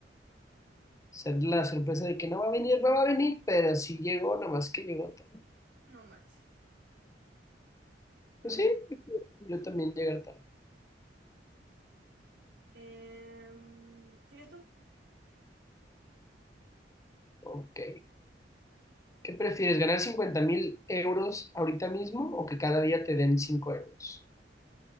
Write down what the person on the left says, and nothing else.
Ser la sorpresa de que no va a venir, no va a venir, pero si llegó, nada más que llegó tarde.
Pues
sí, yo también llegar tarde.
Ok. ¿Qué prefieres, ganar cincuenta mil euros ahorita mismo o que cada día te den 5 euros?